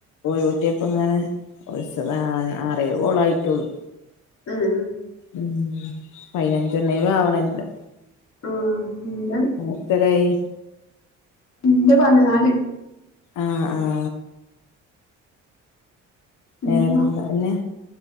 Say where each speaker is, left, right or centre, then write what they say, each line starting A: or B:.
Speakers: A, on the left (about 80°); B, on the left (about 60°).
A: ഒഴിവ്ട്ടപ്പോങ്ങനെ വി ളിച്ചതാ ആറേഴ് കോളായിട്ടോള്ളു.
B: ഉം.
A: ഉം പതിനച്ചാണെലുംലാവണല്ലോ.
B: ഉം ഞാൻ.
A: അഹ് എത്തരായി?
B: ഇന്റെ പതിനാല്.
A: ആഹ് ആഹ്.
B: ഉം
A: വേറെന്താ ന്നെ